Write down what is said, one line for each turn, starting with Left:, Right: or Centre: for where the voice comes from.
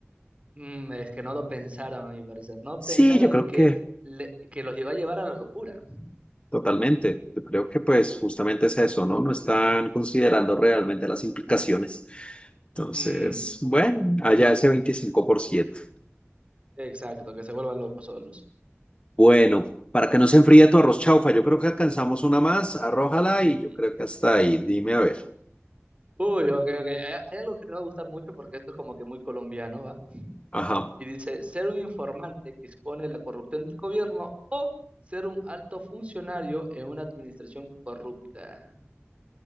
Right: Mm, es que no lo pensaron, a mi parecer. No pensaron
Left: Sí, yo creo
Right: en que,
Left: que
Right: le- que los iba a llevar a la locura.
Left: totalmente. Yo creo que pues justamente es eso, ¿no? No están considerando realmente las implicaciones. Entonces,
Right: Mm,
Left: bueno, allá ese 25%.
Right: exacto, que se vuelvan locos solos.
Left: Bueno, para que no se enfríe tu arroz chaufa, yo creo que alcanzamos una más, arrójala y yo
Right: Mm.
Left: creo que hasta ahí. Dime a ver.
Right: Uy, ok, ok. Hay, hay algo que te va a gustar mucho porque esto es como que muy colombiano, ¿va?
Left: Ajá.
Right: Y dice, ser un informante que expone la corrupción del gobierno o ser un alto funcionario en una administración corrupta.